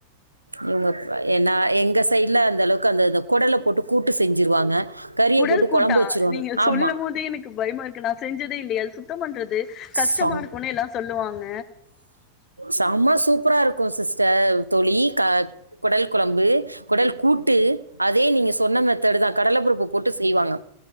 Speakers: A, on the right; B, on the left.
A: இவுங்க ஏனா எங்க சைடுல அந்த அளவுக்கு அந்தத கொடல போட்டு கூட்டு செஞ்சிருவாங்க கறியை
B: குடல்
A: போட்டு
B: கூட்டா
A: குழம்பு வச்சிருவாங்க
B: நீங்க சொல்லும்போதே
A: ஆமாம்
B: எனக்கு பயமா இருக்கு நா செஞ்சதே இல்லயே அது சுத்தம் பண்றது கஷ்டமா
A: சாம்
B: இரு பொண்ணெல்லா சொல்லுவாங்க
A: செம சூப்பரா இருக்கு சிஸ்டர் தோழி க கொடல் கொழம்பு கொடல் கூட்டு அதே நீங்க சொன்ன மெத்தேடுதா கடலப்பருப்பு போட்டு செய்வாங்க